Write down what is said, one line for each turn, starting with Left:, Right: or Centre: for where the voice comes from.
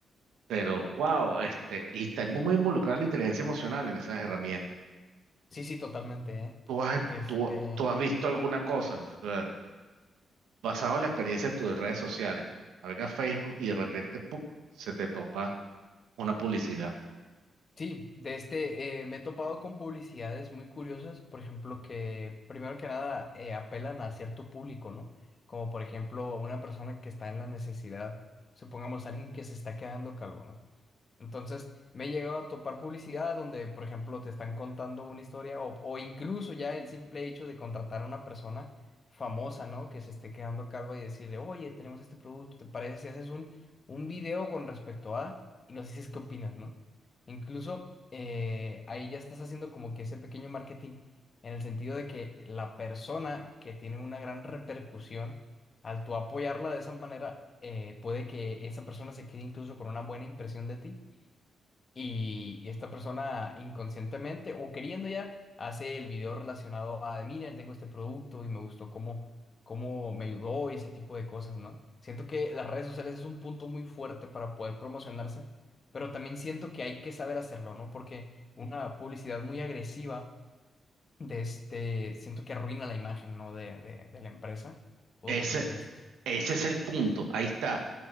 Right: pero wow, este, y está muy involucrada la inteligencia emocional en esas herramientas.
Left: sí, sí, totalmente, ¿eh?
Right: ¿Tú has,
Left: De este,
Right: tú, tú has visto alguna cosa, o sea, basado en la experiencia de tus redes sociales? Navegas Facebook y de repente ¡puc! se te topa una publicidad.
Left: sí, de este, eh, me he topado con publicidades muy curiosas, por ejemplo, que primero que nada eh, apelan a cierto público, ¿no? Como por ejemplo a una persona que está en la necesidad, supongamos alguien que se está quedando calvo, ¿no? Entonces, me he llegado a topar publicidad donde, por ejemplo, te están contando una historia o, o incluso ya el simple hecho de contratar a una persona famosa, ¿no? Que se esté quedando calva y decirle, oye, tenemos este producto, ¿te parece si haces un, un video con respecto a... y nos dices qué opinas, ¿no? Incluso eh, ahí ya estás haciendo como que ese pequeño marketing en el sentido de que la persona que tiene una gran repercusión, al tú apoyarla de esa manera, eh, puede que esa persona se quede incluso con una buena impresión de ti y esta persona inconscientemente o queriendo ya hace el video relacionado a, de, miren, tengo este producto y me gustó cómo, cómo me ayudó y ese tipo de cosas, ¿no? Siento que las redes sociales es un punto muy fuerte para poder promocionarse, pero también siento que hay que saber hacerlo, ¿no? Porque una publicidad muy agresiva de este, siento que arruina la imagen, ¿no? De, de, de la empresa. ¿O,
Right: Ese,
Left: o tú qué piensas?
Right: Ese es el punto, ahí está.